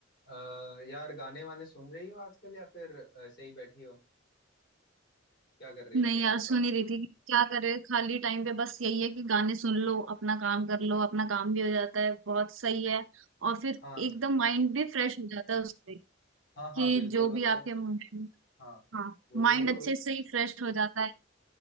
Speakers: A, on the left; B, on the right.
A: अ, यार गाने वाने सुन रही हो आजकल या फिर ऐसे ही बैठी हो क्या कर रही
B: नहीं
A: हो फिर
B: यार
A: बताओ
B: सुन ही रही थी कि क्या करे खाली टाइम पे बस यही है कि गाने सुन लो अपना काम कर लो अपना काम भी हो जाता है बहुत सही है और फिर
A: हाँ
B: एकदम माइंड भी फ्रेश हो जाता है उससे
A: हाँ हाँ
B: कि
A: बिल्कुल
B: जो भी
A: मतलब
B: आपके mind-
A: हाँ
B: हाँ
A: बोलो
B: माइंड
A: बोलो बोलो
B: अच्छे से ही फ्रेश हो जाता है